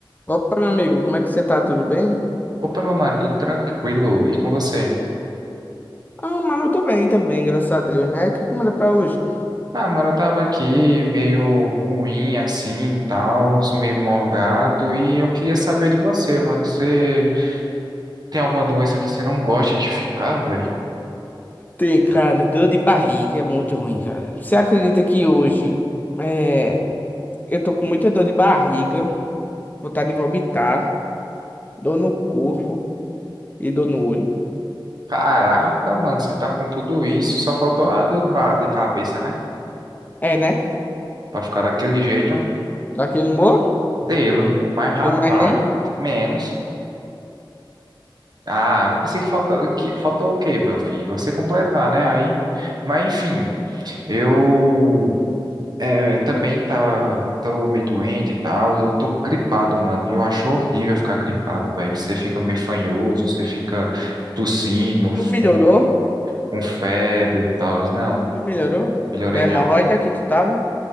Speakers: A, on the left; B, on the right.
A: Opa, meu amigo, como é que você tá? Tudo bem?
B: Opa, meu mano, tudo tranquilo? E com você?
A: Ah, mano, eu tô bem também, graças a Deus, né? O que que manda pra hoje?
B: Ah, mano, eu tava aqui meio ruim assim, e tal, meio morgado, e eu queria saber de você, mano. Você tem alguma doença que você não gosta de ficar, velho?
A: Tem, cara, dor de barriga é muito ruim, cara. Você acredita que hoje é, eu tô com muita dor de barriga, vontade de vomitar, dor no corpo e dor no olho?
B: Caraca, mano, você tá com tudo isso, só faltou a dor de ba- de cabeça, né?
A: É, né?
B: Pra ficar daquele jeito, um
A: Daquele humor?
B: delo, mas rapaz,
A: Sem mais nem?
B: menos. Ah, eu pensei que faltou, que faltou o quê, meu filho? Você completar, né? Aí, mas enfim, eu. É, é, também tá, tô meio doente e tal, eu tô gripado, mano, e eu acho horrível ficar gripado, velho, você fica meio fanhoso, você fica tossindo, f-
A: Tu melhorou?
B: com, com febre e tal, não,
A: Tu melhorou
B: melhorei
A: da hemorroida
B: não.
A: que tu tava?